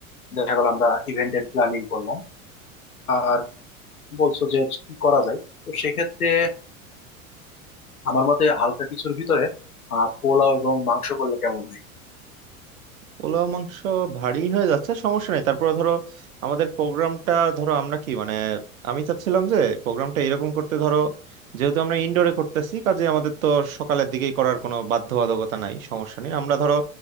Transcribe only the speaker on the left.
দেখা গেল আমরা ইভেন্টের প্ল্যানিং করলাম আর বলছো যে কি করা যায় তো সেক্ষেত্রে আমার মতে হালকা কিছুর ভিতরে আহ, পোলাও এবং মাংস করলে কেমন হয়